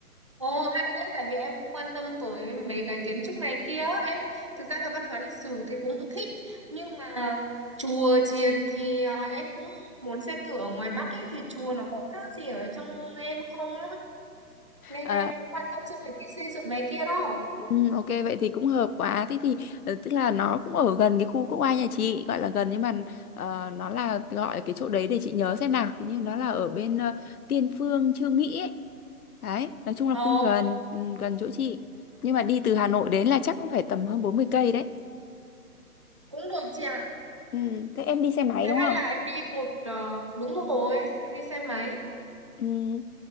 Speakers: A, on the right; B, on the left.
A: ồ hay đấy tại vì em cũng quan tâm tới mấy cái kiến trúc này kia em thực ra là văn hóa lịch sử thì cũng thích nhưng mà chùa chiền thì à, em cũng muốn xem thử ở ngoài Bắc ấy thì chùa nó có khác gì ở trong em không á nên
B: Ừ.
A: em cũng quan tâm xem về cái xây dựng này kia đó
B: Ừ, ok vậy thì cũng hợp quá thế thì ờ, tức là nó cũng ở gần cái khu quốc oai nhà chị gọi là gần nhưng mà ờ, nó là gọi cái chỗ đấy để chị nhớ xem nào Hình như nó là ở bên ờ, Tiên Phương Chương Mỹ ấy. đấy nói chung là
A: ồ
B: cũng gần ừ, gần chỗ chị nhưng mà đi từ Hà Nội đến là chắc cũng phải tầm hơn 40 cây đấy
A: cũng được chị ạ
B: ừ, thế em đi xe máy
A: Thế
B: đúng
A: hay
B: không
A: là em đi một ờ, đúng rồi, em đi xe máy.
B: Ừ.